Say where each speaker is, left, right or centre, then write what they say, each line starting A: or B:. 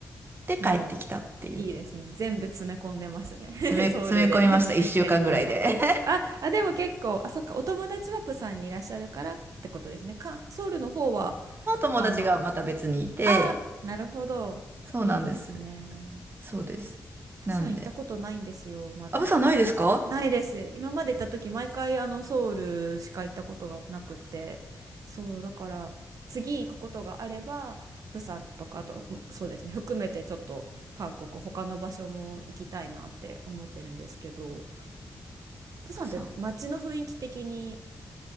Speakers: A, on the right; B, on the right.
A: で帰ってきたっていう。
B: もう、いいですね。全部詰め込んでますね。
A: 詰め、
B: <laughs> ソウルで
A: 詰め込みました。一週間ぐらいで。
B: <laughs> やりたいこと。あ、あ、でも結構、あ、そっか、お友達はプサンにいらっしゃるからってことですね。か、ソウルの方は、
A: <laughs> もう友達がまた別にいて、
B: あの、ああ、なるほど。
A: そうなんです。
B: いいですね。
A: そうです。
B: プサン行ったことないんですよ、
A: なんで。
B: まだ。
A: あ、プサンないですか
B: ないです。今まで行った時、毎回あのソウルしか行ったことがなくて、そう、だから次行くことがあれば、プサンとか、あと、そうですね、含めてちょっと韓国、他の場所も行きたいなって思ってるんですけど、プサンって街の雰囲気的に、
A: プサン。